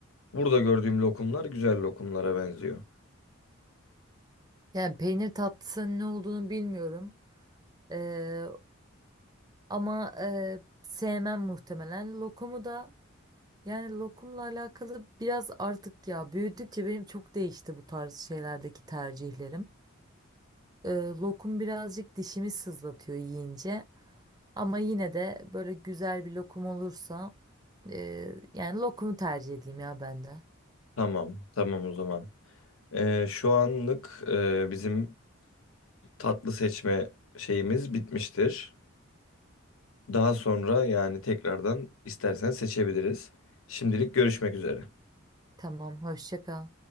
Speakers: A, on the left; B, on the right.
A: burada gördüğüm lokumlar güzel lokumlara benziyor.
B: Yani peynir tatlısının ne olduğunu bilmiyorum. E, Ama e, sevmem muhtemelen. Lokumu da yani lokumla alakalı biraz artık ya büyüdükçe benim çok değişti bu tarz şeylerdeki tercihlerim. E, lokum birazcık dişimi sızlatıyor yiyince. Ama yine de böyle güzel bir lokum olursa e, yani lokumu tercih edeyim ya ben de.
A: Tamam, tamam o zaman. Ee, şu anlık e, bizim tatlı seçme şeyimiz bitmiştir. Daha sonra yani tekrardan istersen seçebiliriz. Şimdilik görüşmek üzere.
B: Tamam, hoşça kal.